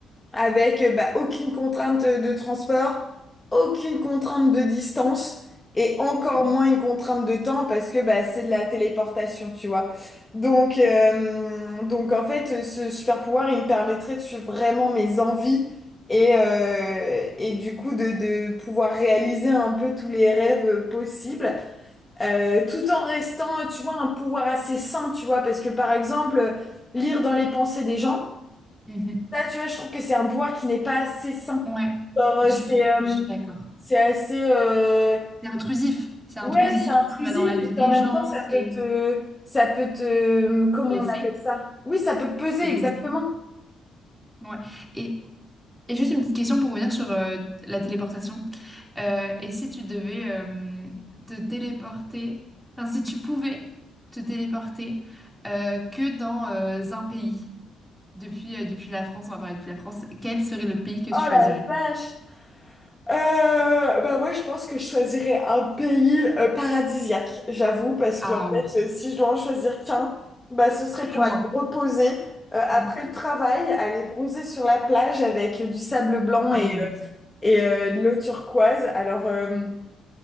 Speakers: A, on the left; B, in the centre.
A: avec euh, bah, aucune contrainte de transport, aucune contrainte de distance et encore
B: Mm,
A: moins une contrainte de temps parce que bah, c'est de la téléportation, tu vois. Donc, euh, donc en fait, ce super pouvoir, il me permettrait de suivre vraiment mes envies et, euh, et du coup de, de pouvoir réaliser un peu tous les rêves possibles. Euh, tout en restant, tu vois, un pouvoir assez sain, tu vois, parce que par exemple, euh, lire dans les pensées des gens,
B: mhm.
A: ça, tu vois, je trouve que c'est un pouvoir qui n'est pas assez sain.
B: Ouais,
A: Genre, euh,
B: je,
A: c'est
B: je
A: euh,
B: suis d'accord.
A: c'est assez, euh,
B: C'est intrusif, c'est
A: ouais,
B: intrusif,
A: c'est
B: tu
A: intrusif,
B: vas dans la vie
A: et puis
B: des
A: en même
B: gens,
A: temps, ça peut
B: c'est
A: te, ça peut te, comment
B: blessé,
A: on appelle ça? Oui, ça peut te peser,
B: te blesser.
A: exactement.
B: Ouais. Et, et juste une petite question pour revenir sur euh, la téléportation. Euh, et si tu devais euh, te téléporter, enfin si tu pouvais te téléporter euh, que dans euh, un pays, depuis, euh, depuis la France, on va parler depuis la France, quel serait le pays que tu
A: Oh
B: choisirais?
A: la vache! Euh, bah ouais, je pense que je choisirais un pays euh, paradisiaque, j'avoue, parce
B: Ah
A: que en fait,
B: oui.
A: euh, si je dois en choisir qu'un, bah ce serait
B: Et
A: pour
B: loin.
A: aller me reposer euh, après
B: Mm.
A: le travail, aller bronzer sur la plage avec euh, du sable blanc
B: Ah
A: et,
B: oui.
A: euh, et euh, de l'eau turquoise. Alors, euh,